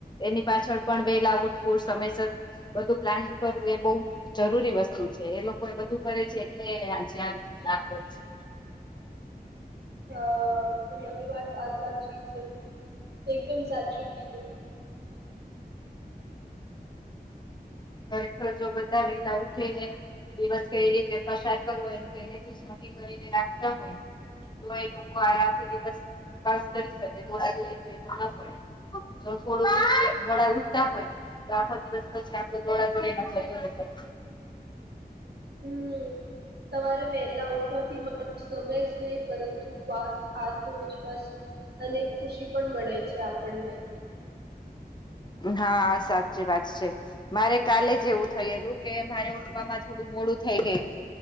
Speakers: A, on the left; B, on the right.
A: એની પાછળ પણ બેલાુંુંર સમયસર બધું પ્લાનિંગ કરવું એ બ. જરૂરી વસ્તુ છે એ લોકો એ બધું કરે છે એટલે આજે આ રી લ છે.
B: હા તમારી વાત આ સાચી છે એકદમ સાચું કીધું.
A: ઘરેખર જો બધા એલા ઉઠી ને દિવસ કેવી રીતે ફસાયદ કરવા એ પેલે થી. ખ હોય તો. આરામથી દિવસ પાસ કરી શકે દો થ ના પડે. તો થોડું વડા ઉતા હોય તો આખો દિવસ પછી. ગોડા ગોડી.
B: હમ સવારે વહેલા ઉઠવાથી માત્ર સમય જ નહીિ પરંતુ શ્વાસ. આત્મવિશ્વાસ અને ખુશી પણ મળે છે આપણને.
A: હા સાચી વાત છે. મારે કાલે જવું થયેલું કે મારે ઉઠમાં થોડું મોડું થઈ ગયેલું.